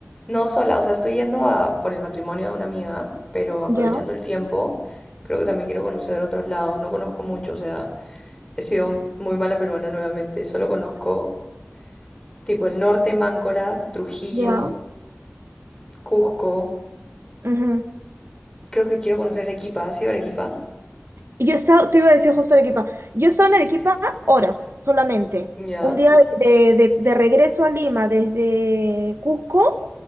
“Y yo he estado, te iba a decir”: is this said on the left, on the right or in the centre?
Right